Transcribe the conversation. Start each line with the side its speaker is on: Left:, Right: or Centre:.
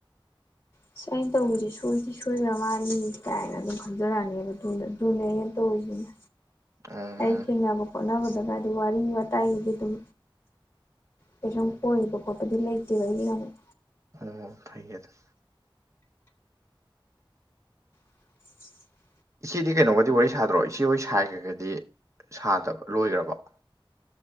Left: ꯑꯁ ꯑꯩ ꯇꯧꯕꯁꯦ ꯁꯣꯏꯗꯤ ꯁꯣꯏꯅ ꯃꯥꯂꯤ ꯀꯥꯏꯅ ꯑꯗꯨꯝ ꯈꯟꯖꯔꯛꯑꯅꯦꯕ ꯑꯗꯨꯗ ꯑꯗꯨꯅꯦ ꯑꯩꯅ ꯇꯧꯔꯤꯁꯤꯅ
Right: ꯎꯝ
Left: ꯑꯩ ꯊꯦꯡꯅꯕ ꯈꯣꯠꯅꯕꯗꯒꯗꯤ ꯋꯥꯔꯤ ꯋꯥꯇꯥꯏꯒꯤꯗꯤ ꯑꯗꯨꯝ ꯀꯩꯁꯨꯝ ꯀꯣꯏꯔꯤꯕ ꯈꯣꯠꯄꯗꯤ ꯂꯩꯇꯦꯕ ꯑꯩꯒꯤꯅ ꯃꯨꯛ
Right: ꯑꯣ ꯐꯩꯌꯦ ꯑꯗꯨꯒꯧ
Left: <inaudible>
Right: ꯏꯆꯦꯗꯤ ꯀꯩꯅꯣꯒꯗꯤ ꯋꯥꯔꯤ ꯁꯥꯗ꯭ꯔꯣ ꯏꯆꯦꯍꯣꯏ ꯁꯥꯏꯒꯒꯗꯤ ꯁꯥꯗꯕ ꯂꯣꯏꯔꯕꯣ